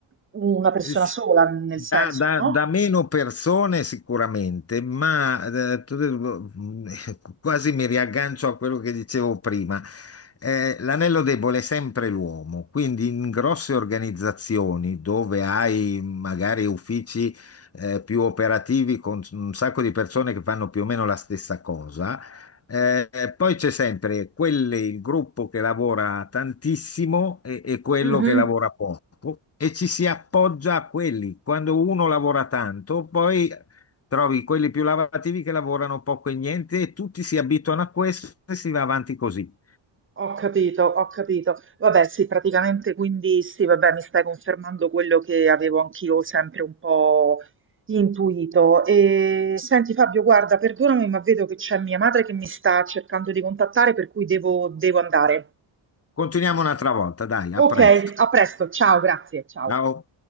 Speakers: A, on the right; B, on the left.
A: una persona
B: Eh, sì,
A: sola, nel
B: Da,
A: senso,
B: da-
A: no?
B: da meno persone sicuramente, ma eh, tu- mm, <laughs> quasi mi riaggancio a quello che dicevo prima. Eh, l'anello debole è sempre l'uomo, quindi in grosse organizzazioni dove hai magari uffici eh, più operativi con un sacco di persone che fanno più o meno la stessa cosa, eh, poi c'è sempre quelle, il gruppo che lavora tantissimo e, e quello
A: Mhm.
B: che lavora poco e ci si appoggia a quelli. Quando uno lavora tanto, poi trovi quelli più lavorativi che lavorano poco e niente e tutti si abituano a questo e si va avanti così.
A: Ho capito, ho capito. Vabbè, sì, praticamente quindi sì, vabbè, mi stai confermando quello che avevo anch'io sempre un po' intuito. E senti Fabio, guarda, perdonami, ma vedo che c'è mia madre che mi sta cercando di contattare, per cui devo, devo andare.
B: Continuiamo un'altra volta, dai, a
A: Ok,
B: presto.
A: a presto, ciao, grazie, ciao.
B: Ciao.